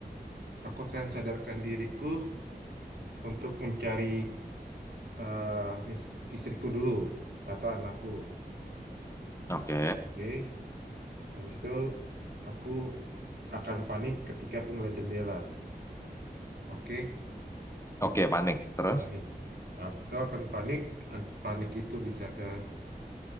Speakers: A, on the right; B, on the left.
A: aku akan sadarkan diriku untuk mencari eh, mis- istriku dulu atau anakku.
B: oke,
A: Oke, habis itu aku akan panik ketika aku ngeliat jendela. Oke,
B: oke, panik. Terus.
A: panik. Aku akan panik. An- Panik itu bisa ke